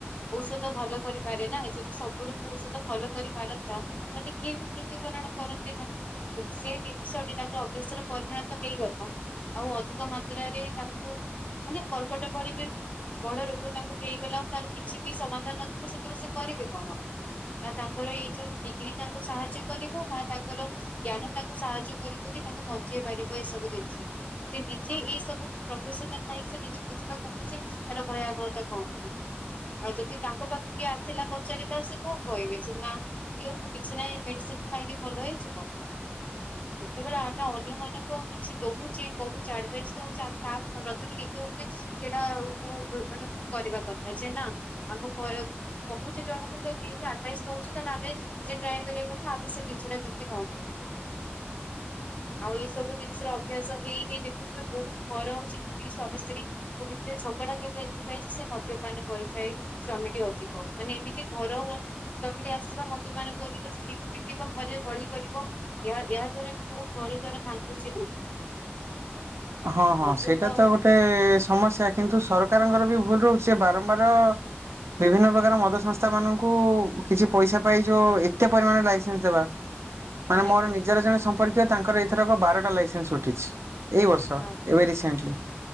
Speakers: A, on the left; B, on the right.
A: ଔଷଧ ଭଲ କରିପାରେନା ଯଦି ସବୁ ରୋଗ ଔଷଧ ଭଲ କରିପାରନ୍ତା ତାହେଲେ କିଏବି ମୃତ୍ୟୁବରଣ କରନ୍ତିନା। ଯଦି ସେ ଜିନିଷଟି ତାଙ୍କର ଅଭ୍ୟାସରେ ପରିଣତ ହେଇଗଲା ଆଉ ଅଧିକ ମାତ୍ରାରେ ତାଙ୍କୁ ମାନେ କର୍କଟ ଭଳିବି ବଡ଼ ରୋଗ ତାଙ୍କୁ ହେଇଗଲା ଆଉ ତାର କିଛିବି ସମାଧାନ ନଥିବ ସେତେବେଳେ ସେକରିବେ କଣ ନା ତାଙ୍କର ଏଇ ଯୋଉ ଡିଗ୍ରୀ ତାଙ୍କୁ ସାହାଯ୍ୟ କରିବ ନା ତାଙ୍କର ଜ୍ଞାନ ତାଙ୍କୁ ସାହାଯ୍ୟ କରିବକି ତାଙ୍କୁ ବଞ୍ଚେଇ ପାରିବ ଏସବୁ ଜିନିଷକୁ। ସେ ନିଜେ ଏଇ ସବୁ ପ୍ରଫେସନରେ ଥାଇ ସେ ନିଜେ ବୁଝିବା କଥାଯେ ଏାର ଭୟାବହତା କଣ ବୋଲି ଆଉ ଯଦି ତାଙ୍କ ପାଖକୁ କିଏ ଆସିଲା ପଚାରିଲା ସେ କଣ କହିବେ ସେ ନା ଦିଅନ୍ତୁ କିଛି ନାହିଁ ମେଡ଼ିସିନ୍ ଖାଇକି ଭଲ ହେଇଯିବ ଯେତେବେଳେ ଆମେ ଅନ୍ୟ ମାନଙ୍କୁ କିଛି ଦହୁଚେ କହୁ ଚଡ଼େବାଇସ୍ ହଉଚି ତା ପ୍ରଥମେ ନିଜ ଉପରେ ସେଇଟା ଆଉ ମାନେ କରିବା କଥା ସିନା ଆମ ପର କହୁଚି ଜଣଙ୍କୁ ଯଦିି ଆଡ଼ଭାଇସ୍ ଦଉଚୁ ତାହେଲେ ଆମେ ନିଜେ ଟ୍ରାଏ କରିବା କଥା, ଆମେ ସେ ଜିନିଷଟା ଯଦି ନ କରିପାରିବା। ଆଉ ଏଇ ସବୁ ଜିନିଷର ଅଭ୍ୟାସହିଁ ଦେଖୁଥିବେ ବହୁତ୍ ଘର ଅଛି ଯୋଉଠିକି ସ୍ଵାମୀ ସ୍ତ୍ରୀ ତାଙ୍କ ଭିତରେ ଝଗଡ଼ା କେବଳ ଏଥିପାଇଁଯେ ସେ ଳମଦ୍ୟପାନ କରିଥାଏ। ସ୍ଵାମୀଟି ଅଧିକ ମାନେ ଏମିତି ଘର ସ୍ଵାମୀଟି ଆସିବ, ମଦବାନ କରିବ, ସ୍ତ୍ରୀକୁ ପିଟିବ, ଘରେ କଳି କରିବ ଏହା ଏହା ଦ୍ଵାରାବି ବହୁତ୍ ଘର ଦ୍ୱାର ଭାଙ୍ଗୁଚିନା।
B: ହଁ ହଁ
A: ମଦ୍ୟପ
B: ସେଇଟାତ ଗୋଟେ ସମସ୍ୟା କିନ୍ତୁ ସରକାରଙ୍କରବି ଭୁଲ ରହୁଚି, ସେ ବାରମ୍ବାର ବିଭିନ୍ନ ପ୍ରକାର
A: ହୁଁ
B: ମଦ ସଂସ୍ଥା ମାନଙ୍କୁ କିଛି ପଇସା ପାଇ ଯୋଉ ଏତେ ପରିମାଣ ଲାଇସେନ୍ସ ଦେବା ମାନେ
A: ଆଜ୍ଞା
B: ମୋର ନିଜର ଜଣେ ସମ୍ପର୍କୀୟ
A: ହୁଁ
B: ତାଙ୍କର ଏଥରକ ବାରଟା ଲାଇସେନ୍ସ ଉଠିଛି ଏଇ ବର୍ଷ
A: ବାପରେ
B: ତ ଏବେ ରିସେଣ୍ଟଲି।
A: ଆଜ୍ଞା